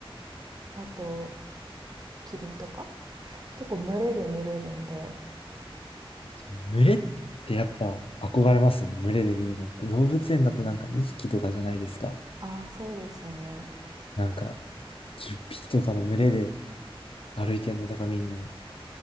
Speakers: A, on the right; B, on the left.
A: あとキリンとか結構群れで見れるんで
B: そう群れってやっぱ憧れますよね。群れで見るのって。動物園だとなんか2匹とかじゃないですか。
A: ああそうですよね
B: なんか10匹とかの群れで歩いてるのとか見るの